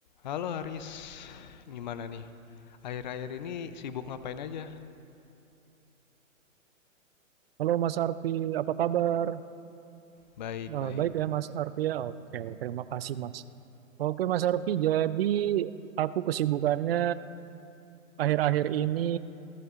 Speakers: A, on the left; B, on the right.
A: Halo Haris, gimana nih? Akhir-akhir ini sibuk ngapain aja?
B: Halo Mas Arfi, apa kabar?
A: Baik,
B: Eh,
A: baik.
B: baik ya Mas Arfi ya. Oke, terima kasih Mas. Oke Mas Arfi, jadi aku kesibukannya akhir-akhir ini